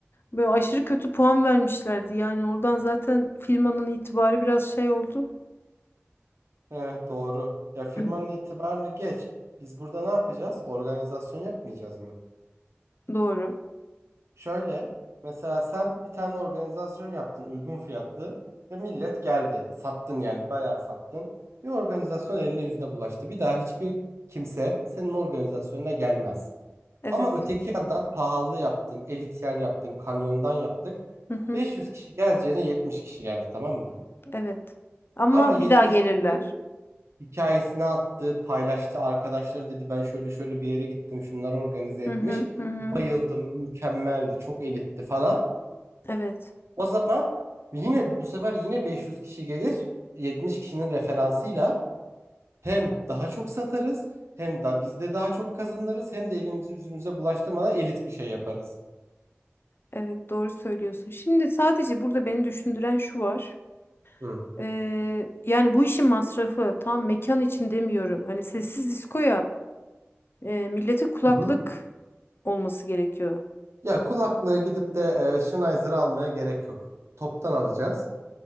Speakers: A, on the left; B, on the right.
A: Böyle aşırı kötü puan vermişlerdi. Yani oradan zaten firmanın itibarı biraz şey oldu.
B: Heh, doğru. Ya firmanın
A: <clears throat>
B: itibarını geç. Biz burada ne yapacağız? Organizasyon yapmayacağız mı?
A: Doğru.
B: Şöyle, mesela sen bir tane organizasyon yaptın uygun fiyatlı ve millet geldi. Sattın yani bayağı sattın. Bir organizasyon eline yüzüne bulaştı. Bir daha hiçbir kimse senin organizasyonuna gelmez.
A: Evet.
B: Ama öteki yandan pahalı yaptın, elit yer yaptın, kanyondan yaptık.
A: Hı hı.
B: 500 kişi geleceğine 70 kişi geldi tamam mı?
A: Evet. Ama
B: Ama 70
A: bir daha gelirler.
B: kişi hikayesini attı, paylaştı. Arkadaşlarım dedi ben şöyle şöyle bir yere gittim. Şunları organize etmiş.
A: Hı hı hı. hı.
B: Bayıldım, mükemmeldi, çok elitti falan.
A: Evet.
B: O zaman yine bu sefer yine 500 kişi gelir. 70 kişinin referansıyla hem daha çok satarız, hem de biz de daha çok kazanırız, hem de elimizi yüzümüze bulaştırmadan elit bir şey yaparız.
A: Evet doğru söylüyorsun. Şimdi sadece burada beni düşündüren şu var.
B: Hı.
A: Ee, yani bu işin masrafı tam mekan için demiyorum. Hani sessiz disko e, millete kulaklık
B: Hı hı.
A: olması gerekiyor.
B: Ya kulaklığı gidip de e, Sennheiser almaya gerek yok. Toptan alacağız.